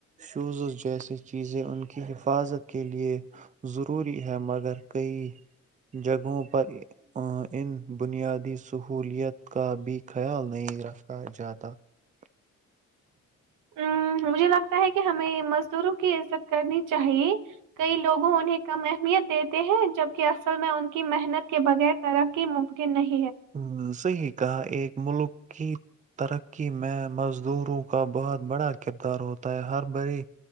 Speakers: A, on the right (about 25°); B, on the right (about 85°).
A: شوزز جیسی چیزیں ان کی حفاظت کے لیے ضروری ہے مگر کئی جگہوں پر ان بنیادی سہولیت کا بھی خیال نہیں رکھا جاتا <unintelligible>
B: ام، مجھے لگتا ہے کہ ہمیں مزدوروں کی عزت کرنی چاہیے کئی لوگوں انہیں کم اہمیت دیتے ہیں جبکہ اصل میں ان کی محنت کے بغیر ترقی ممکن نہیں <unintelligible>
A: ہ صحیح کہا ایک ملک <unintelligible> کی ترقی میں مزدوروں کا بہت بڑا کردار ہوتا ہے ہر بڑی